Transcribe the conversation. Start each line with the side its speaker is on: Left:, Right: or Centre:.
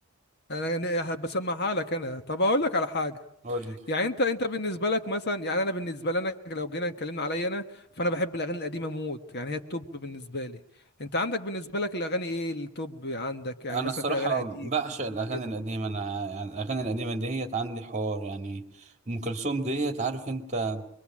Left: انا أنا بسمعها لك انا طب اقول لك على حاجه
Right: قول لي
Left: يعني انت انت بالنسبه لك مثلا يعني انا بالنسبه لي انا لو جينا اتكلمنا عليا انا فانا بحب الاغاني القديمه موت يعني هي التوب بالنسبه لي انت عندك بالنسبه لك الاغاني ايه التوب عندك يعني
Right: انا
Left: مثلا
Right: الصراحه
Left: في اغاني قديم
Right: بعشق
Left: جديد
Right: الاغاني
Left: كده
Right: القديمه انا يعني الاغاني القديمه ديت عندي حوار يعني ام كلثوم ديت عارف انت